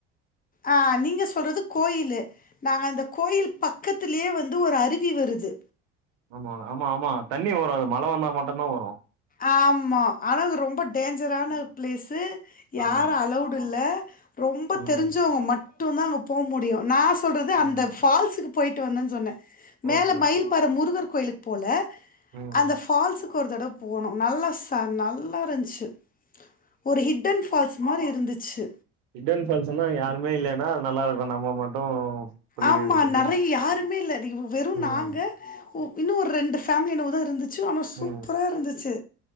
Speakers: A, on the left; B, on the right.
A: ஆ நீங்க சொல்றது கோயிலு நாங்க அந்த கோயில் பக்கத்துலயே வந்து ஒரு அருவி வருது
B: ஆமா ஆமா ஆமா தண்ணி வரு அது மழ வந்தா மட்டம்தா வரும்
A: ஆமா ஆனா அது ரொம்ப டேஞ்சரான பிளேஸு யாரு
B: ஆமா
A: அலவுடு் இல்ல ரொம்ப
B: ம்
A: தெரிஞ்சவங்க மட்டு தா அங்க போ முடியு நா சொல்றது அந்த
B: ம்
A: ஃபால்ஸுக்கு போயிட்டு வந்த சொன்ன மேல
B: ஓகே ஓகே
A: மயில் பார முருகர் கோயிலுக்கு போல
B: ம்
A: அந்த ஃபால்ஸுக்கு ஒரு தடவ போனோ நல்லா ச நல்லா இருந்துச்சு ஒரு ஹிட்டன் ஃபால்ஸ் மாதிரி இருந்துச்சு
B: ஹிட்டன் ஃபால்ஸ்ன்னா யாருமே இல்லன்னா நல்லா இருக்கு நம்ம மட்டு குளிக்கிறதுக்கு
A: ஆமா நிறைய யாருமே இல்ல இ வெறு
B: ம்
A: நாங்க இன்னு ஒரு ரெண்டு ஃபேமலி என்னமோதா இருந்துச்சு ஆனா சூப்பரா
B: ம்
A: இருந்துச்சு